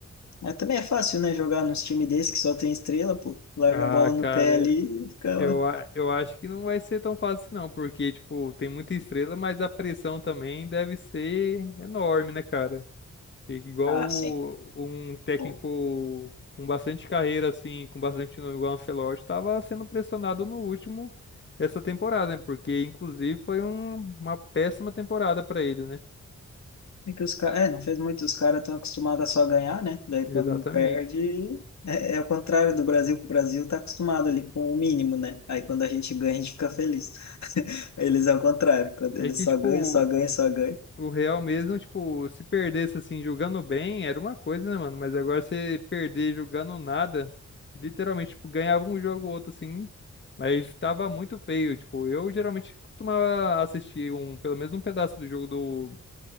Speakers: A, on the left; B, on the left.
A: é também é fácil, né, jogar nos times desse que só tem estrela, pô. Larga
B: Ah,
A: a bola no
B: cara,
A: pé ali e fica.
B: eu, a- eu acho que não vai ser tão fácil, não, porque, tipo, tem muita estrela, mas a pressão também deve ser enorme, né, cara? E- Igual
A: Ah,
B: o-
A: sim.
B: um técnico
A: Pô.
B: com bastante carreira, assim, com bastante nome, igual o Ancelotti, estava sendo pressionado no último dessa temporada, né? Porque, inclusive, foi um- uma péssima temporada para ele, né?
A: É que os caras, é, não fez muito, os caras estão acostumados a só ganhar, né? Daí
B: Exatamente.
A: quando perde, é, é o contrário do Brasil, que o Brasil tá acostumado ali com o mínimo, né? Aí quando a gente ganha, a gente fica feliz. <laughs> Eles é o contrário, quando
B: É
A: eles
B: que,
A: só
B: tipo,
A: ganham, só ganham, só ganham.
B: O Real mesmo, tipo, se perdesse assim, jogando bem, era uma coisa, né, mano? Mas agora você perder jogando nada, literalmente, tipo, ganhava um jogo ou outro, assim, mas tava muito feio. Tipo, eu geralmente costumava assistir um, pelo menos um pedaço do jogo do,